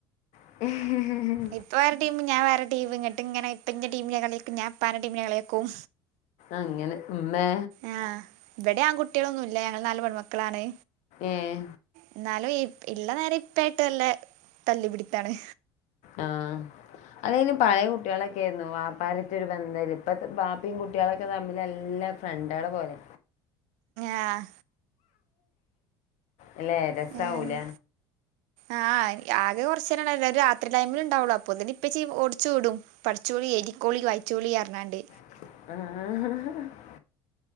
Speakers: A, on the left; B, on the right.
A: <inaudible>
B: ഇപ്പ വേറെടീ വേ ടീം ഇങ്ങട്ട് ഇങ്ങെ ഇപ്പ ഇ ടീമെ കളിക്കും ഞാൻപ്പാ ടീമിനെ കളിയിക്കും
A: അങ്ങനെ ഉമ്മേ
B: ആഹ് ഇവിടെ ആൺകട്ടികളൊന്നും ഇല്ല ഞങ്ങൾ നാല് പെൺമക്കളാണ്
A: ഏഹ്
B: എന്നാലും ഇള്ള നേരം ഇപ്പായിട്ട് നല്ല തല്ലിപിടിത്താണ്
A: ആഹ് അതായാലും പഴയ കുട്ടികളൊക്കൊയിരുന്നു വ്യാപാരത്തി ഒരു ബന്ധം ഇപ്പ ബാപ്പിയും കുട്ടികളൊക്കെ തമ്മിൽ എല്ലാം ഫ്രണ്ടാൾ പോലെ
B: ആഹ്
A: അല്ലേ രസാവല
B: ഞാൻ- ആഹ് ആകെ കുറച്ച നേര എല്ലും രാത്രി ടൈമിൽ ഉണ്ടാവുള്ളു അപ്പൊന്നെ ഇപ്പ ഓടുചൂടും ച്ചോളി എടരിക്കോളി വൈച്ചോളി എറണാണ്ട്
A: <inaudible>